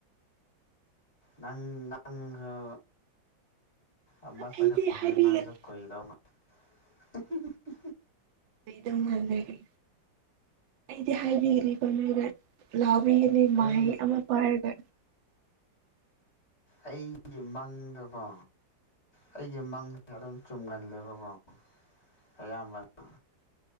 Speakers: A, on the left; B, on the right.
A: ꯅꯪ ꯅꯥꯡꯁꯨ ꯑꯃ
B: ꯑꯩꯗꯤ
A: ꯆꯠꯈꯔꯗꯧꯅꯤꯅ
B: ꯍꯥꯏꯕꯤꯒꯅꯤ
A: ꯅꯪꯁꯨ꯫ ꯀꯨꯏꯗꯧ꯫ <unintelligible>
B: ꯀꯨꯏꯗꯧ ꯃꯟꯗ꯭ꯔꯦ ꯑꯩ ꯑꯩꯗꯤ ꯍꯥꯏꯕꯤꯒꯅꯤꯀꯣ ꯅꯣꯏꯗ ꯂꯥꯎꯕꯤ꯫ ꯃꯍꯩ
A: ꯑꯩ
B: ꯑꯃ ꯄꯥꯏꯔꯒ
A: ꯑꯩꯒꯤ ꯃꯪꯗꯀꯣ ꯑꯩꯒꯤ ꯃꯪꯗ꯫ ꯑꯗꯨꯝ ꯆꯨꯝꯒꯜꯂꯦꯕꯀꯣ ꯑꯌꯥꯝꯕꯅ꯫